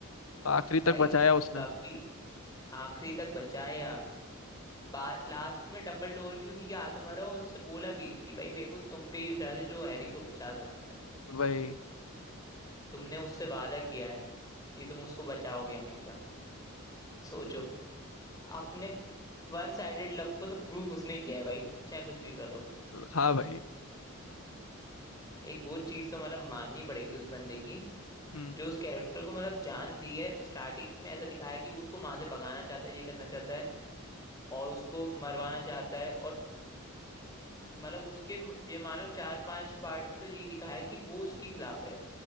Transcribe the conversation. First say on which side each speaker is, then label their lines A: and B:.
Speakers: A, on the left (about 75°); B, on the left (about 15°).
A: आखिरी
B: भाई
A: तक बचाया उसने
B: कभी आखिरी तक बचाया बाद लास्ट में डंबलडोर भी उसी के हाथों मारा और उससे बोला भी कि भाई मेरे को तुम पे ही विश्वास है जो हैरी को बचा सकता है
A: वही
B: तुमने उससे वादा किया है कि तुम उसको बचाओगे हमेशा सोचो अपने वन साइडेड लव को तो प्रूफ उसने किया है भाई चाहे कुछ भी करो
A: हाँ भाई
B: एक वो चीज तो मतलब माननी पड़ेगी उस बंदे की
A: हम्म
B: जो उस कैरेक्टर को मतलब जान दी है स्टार्टिंग में ऐसा दिखाया कि वो उसको वहां से भगाना चाहता है ये करना चाहता है और उसको मरवाना चाहता है और मतलब उसके म- ये मानो चार पांच पार्ट में तो यही दिखाया है कि वो उसके खिलाफ है